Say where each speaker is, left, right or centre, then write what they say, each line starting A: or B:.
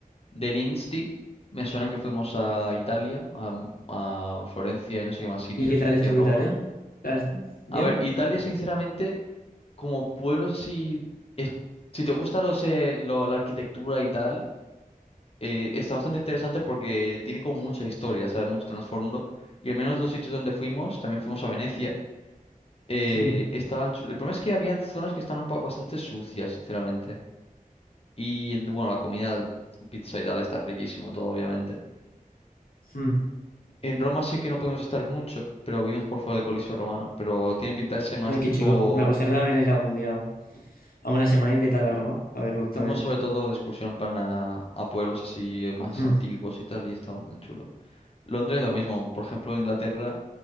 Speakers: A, on the left; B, on the left.
A: del Insti. Me suena que fuimos a Italia, a, a Florencia y no sé qué más sitios,
B: ¿Y qué tal estuvo
A: y a Roma.
B: Italia? ¿Tal- ¿Bien?
A: A ver, Italia, sinceramente, como pueblo, si, es- si te gusta los, eh, lo- la arquitectura y tal, eh, está bastante interesante porque tiene como mucha historia, ¿sabes? Mucho trasfondo. Y al menos los sitios donde fuimos, también fuimos a Venecia, eh,
B: Mm,
A: estaban chul- El problema es que había zonas que estaban un po- bastante sucias, sinceramente. Y bueno, la comida, pizza y tal, está riquísimo todo, obviamente.
B: mm.
A: En Roma sí que no pudimos estar mucho, pero vimos por fuera del Coliseo Romano, pero tiene pinta de ser más
B: Ay,
A: tipo...
B: qué chulo. Me gustaría también ir algún día a una semana y qué tal a Roma, para verlo también.
A: Fuimos sobre todo de excursión plan a, a pueblos así eh, más
B: Mm,
A: antiguos y tal, y estaba chulo. Londres lo mismo, por ejemplo, Inglaterra